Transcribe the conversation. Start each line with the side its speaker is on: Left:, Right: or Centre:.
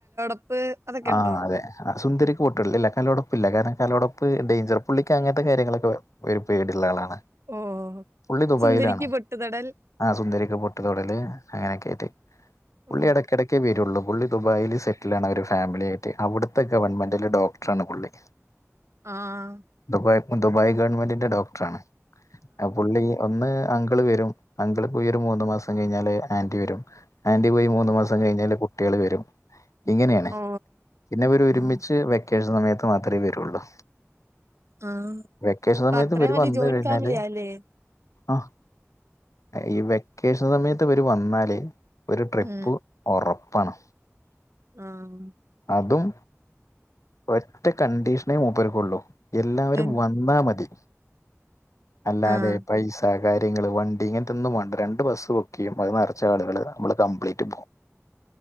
Right: പ്പ് അതൊക്കെയുണ്ടോ
Left: ആ അതെ ആ സുന്ദരിക്ക് പൊട്ടുതോടൽ ഇല്ല കലം ഉടപ്പില്ല കാരണം കലം ഉടപ്പ് ഡേഞ്ചർ പുള്ളിക്ക് അങ്ങ നത്തെ കാര്യങ്ങള് ഒക്കെ ഒരു പേടിയുള്ള ആളാണ്
Right: ഉം
Left: പുള്ളി ദുബായിലാണ്
Right: സുന്ദരിക്ക് പൊട്ടുതൊടൽ
Left: ആ സുന്ദരിക്ക് പൊട്ട് തൊടല് അങ്ങനെയൊക്കെ ആയിട്ട് പുള്ളി
Right: ഓ
Left: എടക്കിട ക്കെ വരുള്ളൂ പുള്ളി ദുബായില് സെറ്റിലാണ് അവര് ഫാമിലിയായിട്ട് അവിടുത്തെ ഗവൺമെന്റില് ഡോക്ടറാണ് പുള്ളി
Right: ആഹ്
Left: ദുബായ് ഇപ്പം ദുബായ് ഗവൺമെന്റിന്റെ ഡോക്ടറാണ് ആഹ് പുള്ളി ഒന്ന് അങ്കിള് വരും അങ്കിള് പോയി ഒരു മൂന്ന് മാസം കഴിഞ്ഞാല് ആന്റി വരും ആന്റി പോയി മൂന്ന് മാസം കഴിഞ്ഞാല് കുട്ടികള് വരും ഇങ്ങനെയാണ്
Right: ഓ
Left: പിന്നെയിവര് ഒരുമിച്ച്
Right: ആഹ്
Left: വെക്കേഷൻ സമയത്ത് മാത്രേ വരുള്ളൂ
Right: ആഹ് അപ്പം
Left: വെക്കേഷൻ സമയത്ത്
Right: അത്രയും
Left: ഇവര്
Right: വലിയ
Left: വന്ന്
Right: ജോയിന്റ്
Left: കഴിഞ്ഞാല്
Right: ഫാമിലിയാല്ലേ
Left: ആ ഈ വെക്കേഷൻ സമയത്ത് ഇവര് വന്നാല് ഒരു ട്രിപ്പു
Right: ഉം
Left: ഒറപ്പാണ്
Right: ആഹ്
Left: അതും ഒറ്റ കണ്ടീഷനേ മൂപ്പർക്കൊള്ളൂ എല്ലാവരും
Right: എൻ
Left: ന്നാ മതി അല്ലാതെ
Right: ആഹ്
Left: പൈസ കാര്യങ്ങള് വണ്ടി ഇങ്ങൻത്തൊന്നും വേണ്ട രണ്ട് ബസ്സ് ബുക്ക് ചെയ്യും അത് നിറച്ച് ആളുകള് നമ്മള് കംപ്ലീറ്റ് പോകും